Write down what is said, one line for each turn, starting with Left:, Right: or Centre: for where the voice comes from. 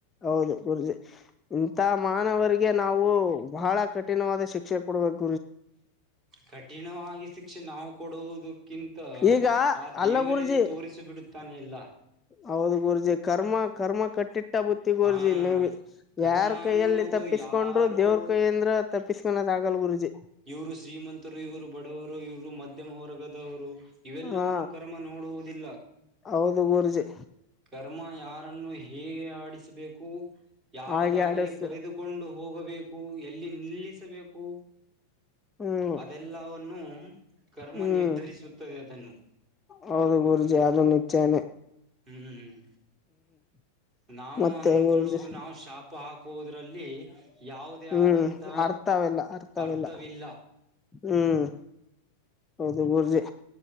Left: ಹೌದು ಗುರೂಜಿ ಇಂತ ಮಾನವರಿಗೆ ನಾವು ಬಹಳ ಕಠಿಣವಾದ ಶಿಕ್ಷೆ ಕೊಡಬೇಕು
Right: ಕಠಿಣವಾಗಿ ಶಿಕ್ಷೆ ನಾವು ಕೊಡುವುದು ಕ್ಕಿಂತ
Left: ಈಗ
Right: ಆ
Left: ಅಲ್ಲ
Right: ದೇವರೇ
Left: ಗುರುಜಿ
Right: ತೋರಿಸಿ ಬಿಡುತ್ತಾನೆ ಎಲ್ಲ.
Left: ಹೌದು ಗುರ್ಜೆ ಕರ್ಮ ಕರ್ಮ. ಟ್ಟ ಬುತ್ತಿಗೋರ್ಜಿ
Right: ಹಾ
Left: ನೀವ್
Right: ಕರ್ಮ
Left: ಯಾರ್ ಕೈಯಲ್ಲಿ
Right: ಅನ್ನೋದು
Left: ತಪ್ಪಿಸಕೊಂಡ್ರು
Right: ಯಾರು
Left: ದೇವ್ರ ಕೈಯ ಅಂದ್ರ ತಪ್ಪಿಸಕೋದ. ಆಗಲ್ ಗುರುಜಿ.
Right: ಇವ್ರು ಶ್ರೀಮಂತರು ಇವರು ಬಡವರು ಇವ್ರು ಮಧ್ಯಮ ವರ್ಗದವರು. ಇವೆಲ್ಲವವನ್ನು
Left: ಹಾ
Right: ಕರ್ಮ ನೋಡುವುದಿಲ್ಲ
Left: ಹೌದು ಗುರುಜಿ
Right: ಕರ್ಮ ಯಾರನ್ನು. ಹೇಗೆ ಆಡಿಸಬೇಕು ಯಾವ
Left: ಹಾಗೆ
Right: ದಾರಿಗೆ
Left: ಆಡಸ್
Right: ಕರೆದುಕೊಂಡು ಹೋಗ. ಎಲ್ಲಿ ನಿಲ್ಲಿಸಬೇಕು.
Left: ಹ್ಮ್
Right: ಅದೆಲ್ಲವನ್ನುೂ ಕರ್ಮ
Left: ಹ್ಮ್
Right: ನಿರ್ಧರಿಸುತ್ತದೆ ಅದನ್ನು.
Left: ಹೌದು ಗುರುಜಿ ಅದು ನಿಚ್ಚೇನೆೇ.
Right: ಹ್ಮ್ ನಾವು
Left: ಮತ್ತೆ
Right: ಅನ್ಕೊಳ್ಳುವುದು
Left: ಗುರುಜಿ
Right: ನಾವು ಶಾಪ ಹಾಕುವುದ್ರಲ್ಲಿ. ಲ್ಲಿ ಯಾವುದೇ
Left: ಹ್ಮ್
Right: ಆದಂತ
Left: ಅರ್ಥವೆಲ್ಲ ಅರ್ಥವೆಲ್ಲ
Right: ಅರ್ಥವಿಲ್ಲ.
Left: ಹ್ಮ್ ಹೌದು ಗುರ್ಜಿ.